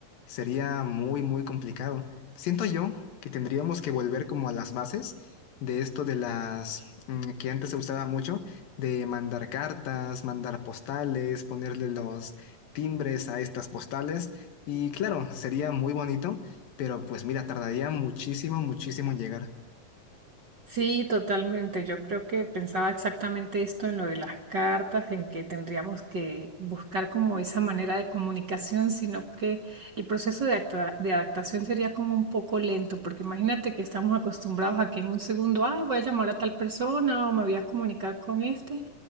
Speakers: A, on the left; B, on the right.
A: sería muy, muy complicado. Siento yo que tendríamos que volver como a las bases de esto de las mm, que antes se usaba mucho, de mandar cartas, mandar postales, ponerle los timbres a estas postales. Y claro, sería muy bonito, pero pues mira, tardaría muchísimo, muchísimo en llegar.
B: Sí, totalmente. Yo creo que pensaba exactamente esto en lo de las cartas, en que tendríamos que buscar como esa manera de comunicación, sino que el proceso de, acta- de adaptación sería como un poco lento, porque imagínate que estamos acostumbrados a que en un segundo, ay, voy a llamar a tal persona o me voy a comunicar con este,